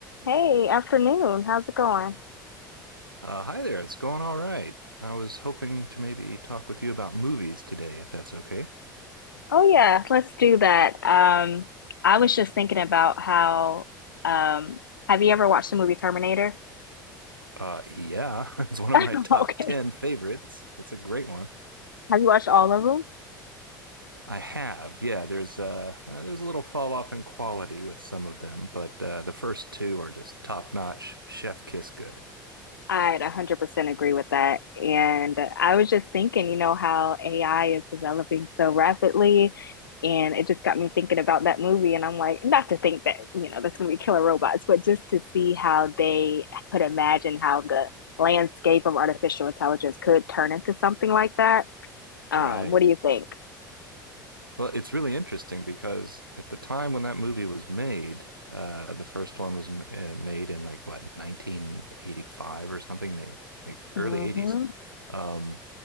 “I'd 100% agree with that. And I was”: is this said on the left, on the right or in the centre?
Left